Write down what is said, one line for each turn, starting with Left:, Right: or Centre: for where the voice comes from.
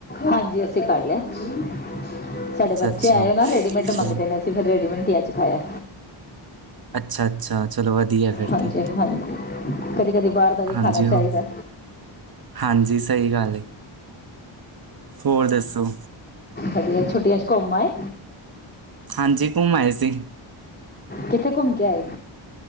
Left: ਹਾਂਜੀ ਅਸੀਂ ਕਰ ਲਿਆ। ਹ। ਸਾਡੇ ਬੱਚੇ
Right: ਅੱਛਾ ਅੱਛਾ
Left: ਆਏ ਨਾ ਰੈਡੀਮੇਡ
Right: ਚਲੋ
Left: ਮੰਗਦੇ ਨੇ ਅਸੀਂ ਫਿਰ ਰੈਡੀਮੇਡ- ਖਾਇਅ
Right: ਅੱਛਾ ਅੱਛਾ ਚਲੋ ਵਧੀਆ ਫਿਰ
Left: ਹਾਂਜੀ
Right: ਤੇ
Left: ਹਾਂਜੀ ਕਦੀ ਕਦੀ ਬਾਹਰ ਦਾ ਵੀ
Right: ਹਾਂਜੀ
Left: ਖਾਣਾ ਚਾਹੀਦਾ
Right: ਹੋ ਹਾਂਜੀ ਸਹੀ ਗੱਲ ਹੋਰ ਦੱਸੋ?
Left: ਵਧੀਆ ਛੁੱਟੀਆਂ 'ਚ ਘੁੰਮ ਆਏ?
Right: ਹਾਂਜੀ ਘੁੰਮ ਆਏ ਸੀ।
Left: ਕਿੱਥੇ ਘੁੰਮ ਕੇ ਆਏ?